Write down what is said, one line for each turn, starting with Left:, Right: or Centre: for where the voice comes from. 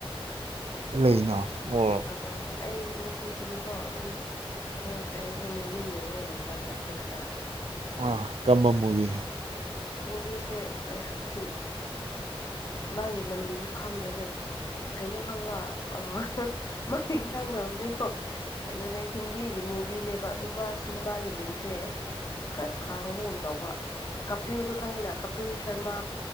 Right: ꯂꯩꯅꯣ ꯑꯣ
Left: ꯑꯥ ꯑꯩ ꯉꯁꯤꯁꯤꯗꯤꯀꯣ ꯑꯗꯨꯝ ꯊꯦꯡꯈ꯭ꯔꯦ ꯑꯩꯖꯦ ꯃꯨꯚꯤ ꯌꯦꯡꯔꯒ ꯂꯩꯕ ꯅꯦꯠꯐ꯭ꯂꯤꯛꯁꯇ
Right: ꯑꯥ ꯀꯔꯝꯕ ꯃꯨꯚꯤ
Left: ꯃꯨꯚꯤꯁꯦ ꯑꯌꯥ ꯁꯤꯟ ꯃꯥꯒꯤ ꯃꯃꯤꯡꯁꯨ ꯈꯪꯗꯦꯅꯦ ꯀꯩꯅꯣ ꯈꯪꯕ꯭ꯔ ꯑꯣ ꯍꯥ ꯃꯃꯤꯡ ꯈꯪꯗꯕꯅꯦꯀꯣ ꯀꯩꯅꯣꯅꯦ ꯍꯤꯟꯗꯤꯒꯤ ꯃꯨꯚꯤꯅꯦꯕ ꯑꯗꯨ ꯃꯥ ꯁꯦꯅꯦꯃꯥꯒꯤ ꯃꯤꯡꯁꯦ ꯈꯔ ꯁꯥꯡꯕ ꯒꯨꯝ ꯇꯧꯕ ꯀꯄꯤꯜꯗꯣ ꯈꯪꯉꯤꯅ ꯀꯄꯤꯜ ꯁꯔꯃ